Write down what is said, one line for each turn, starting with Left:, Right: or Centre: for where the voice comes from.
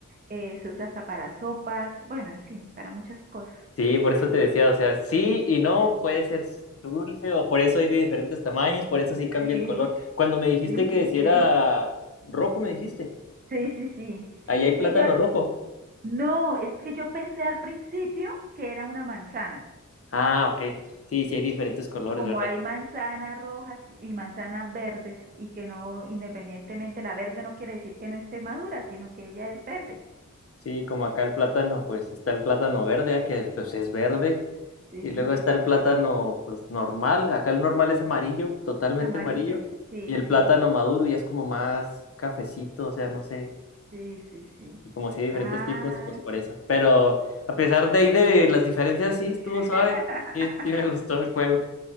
Right: eh, se usa hasta para sopas, bueno, en fin, para muchas cosas.
Left: Sí, por eso te decía, o sea, sí y no, puede ser dulce, o por eso hay de diferentes tamaños, por eso sí cambia
Right: Sí,
Left: el color. Cuando me dijiste
Right: sí,
Left: que
Right: sí,
Left: si era
Right: sí.
Left: rojo, me dijiste,
Right: Sí, sí, sí.
Left: ahí
Right: Es
Left: hay plátano
Right: que yo
Left: rojo.
Right: No, es que yo pensé al principio que era una manzana.
Left: Ah, ok, sí, sí hay diferentes colores,
Right: Y como
Left: ¿verdad?
Right: hay manzanas rojas y manzanas verdes, y que no, independientemente, la verde no quiere decir que no esté madura, sino que ella es verde.
Left: Sí, como acá el plátano, pues está el plátano verde, ah, que pues es verde,
Right: Sí,
Left: y luego está el plátano, pues normal, acá el normal es amarillo, totalmente
Right: amarillo.
Left: amarillo,
Right: Sí,
Left: y el plátano
Right: sí,
Left: maduro ya es como más cafecito, o sea, no sé.
Right: sí, sí, sí.
Left: Y como si hay diferentes
Right: Ah,
Left: tipos, pues por eso. Pero a pesar de ahí de las diferencias, sí, estuvo
Right: <laughs>
Left: suave. Sí, sí me gustó el juego.